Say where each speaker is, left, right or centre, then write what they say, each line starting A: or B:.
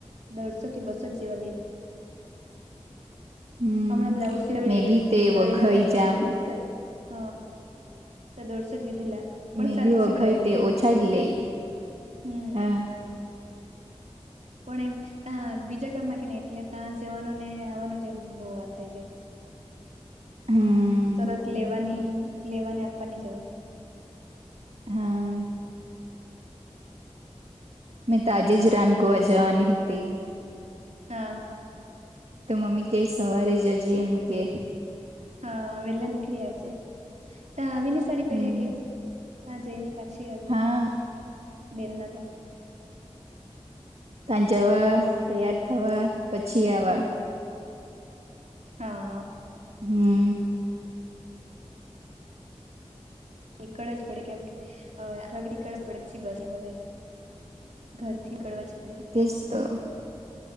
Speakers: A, on the right; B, on the right.
A: દોઢસો થી બસો જેવા જ લેય
B: હમ
A: અમણાં બ્લાઉઝ <unintelligible>
B: મે બી તે
A: તો
B: વઘઈ
A: એના હો
B: જામ
A: દોઢસો જ હ તો દોઢસો જ લીધેલા પણ
B: મે
A: સાદી
B: બી
A: જ
B: વઘઈ
A: શિવડાવેલી
B: તે ઓછા જ લઈ
A: હમ
B: હા
A: પણ એ ત્યા બીજા ગામમાં કેને એટલે ત્યાં જવાનું ને આવવાનું જ એમ બો વા થઈ જાય.
B: હમ્મ
A: તરત લેવાની લેવાને આપવાની જવાય.
B: હા મેંતો આજે જ રાનકુવા જવાની હતી.
A: હા.
B: તો મમ્મી કે સવારે જજે એમ કે
A: હા વેલા નીકળી આવજે ત્યાં આવીને સાડી
B: હમ
A: પહેરે કે ત્યાં જઈને પછી હવે
B: હા
A: બેન ના તા
B: ત્યાં જવા તૈયાર થવા પછી આવા
A: હમ. હા.
B: હમ્મ.
A: નીકળવા જ પડે કેમ કે આઠ વાગે નીકળવા જ પડે પછી બસ ની મળે ઘર થી નીકળવા જ પડે
B: તેજ તો